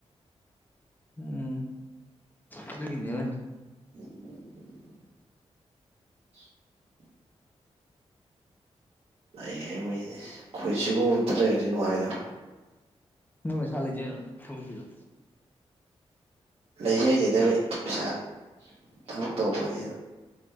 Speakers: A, on the left; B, on the right.
A: ꯎꯝ ꯑꯗꯨꯒꯤꯅꯦ <unintelligible>
B: <inaudible> ꯂꯩꯌꯦ ꯃꯤꯗꯤ ꯑꯩꯈꯣꯏ ꯁꯤꯒꯨꯝꯕ ꯑꯝꯇ ꯂꯩꯔꯗꯤ ꯅꯨꯡꯉꯥꯏꯒꯗꯃꯤ
A: ꯅꯣꯏ ꯃꯁꯥꯅ ꯂꯩꯖꯩꯔꯣ ꯊꯝꯃꯝꯃꯤꯔꯣ
B: ꯂꯩꯖꯩꯅꯤꯗ ꯃꯤ ꯄꯤꯁꯥ ꯊꯕꯛ ꯇꯧꯕꯅꯤꯅ